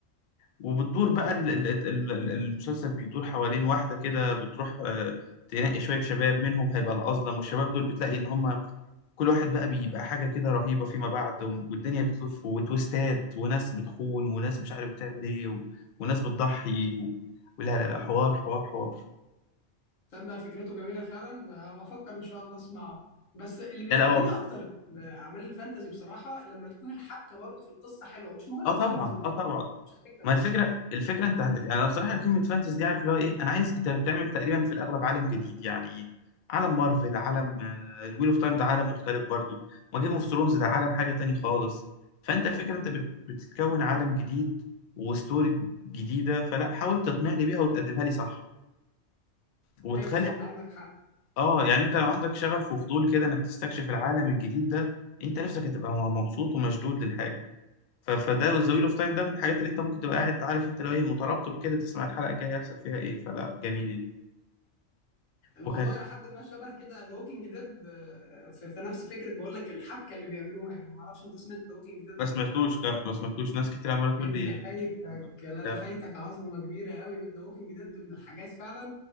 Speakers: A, on the left; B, on the left.
A: وبتدور بقى ال... ال... ال- ال- المسلسل بيدور حوالين واحدة كده بتروح آه، تنقي شوية شباب منهم هيبقى الأظلم والشباب دول بتلاقي إن هم كل واحد بقى بيبقى حاجة كده رهيبة فيما بعد والدنيا بتلف وتويستات وناس بتخون وناس مش عارف بتعمل ايه و... وناس بتضحي و... ولا لا لا حوار حوار حوار
B: تصدق فكرته جميلة فعلا هفكر إن شاء الله أسمعه بس اللي بيشدني
A: لا لا هو
B: أكتر أعمال الفانتازي بصراحة لما تكون الحبكة برضه في القصة حلوة مش مجرد
A: اه طبعا
B: فانتازي وخلاص
A: اه طبعا
B: يعني مش الفكرة
A: ما
B: بس
A: الفكره الفكره انت انا بصراحه كلمه فانتز دي عارف اللي هو ايه انا عايز انت بتعمل تقريبا في الاغلب عالم جديد يعني عالم مارفل عالم الويل اوف تايم ده عالم مختلف برضو ما جيم اوف ثرونز ده عالم حاجه تاني خالص فانت الفكره انت بت... بتتكون عالم جديد وستوري جديده فلا حاول تقنعني بيها وتقدمها لي صح وتخلي
B: أيوه بالظبط عندك حق
A: اه يعني انت لو عندك شغف وفضول كده انك تستكشف العالم الجديد ده انت نفسك هتبقى مبسوط ومشدود للحاجه ف- فده ذا ويل اوف تايم ده من الحاجات اللي انت ممكن تبقى قاعد عارف انت لو ايه مترقب كده تسمع الحلقه الجايه يحصل فيها ايه فلا جميل يعني.
B: الموضوع
A: وكان
B: إلى حد ما شبه كده ذا ووكينج ديد في, في نفس فكرة بقول لك الحبكة اللي بيعملوها يعني معرفش أنت سمعت ذا ووكينج ديد
A: ما سمعتوش
B: ولا لا
A: لا ما سمعتوش ناس كتير عماله تقول
B: يعني
A: لي
B: أنت فايتك لا
A: ده-
B: لا فايتك عظمة كبيرة قوي ذا ووكينج ديد من الحاجات فعلا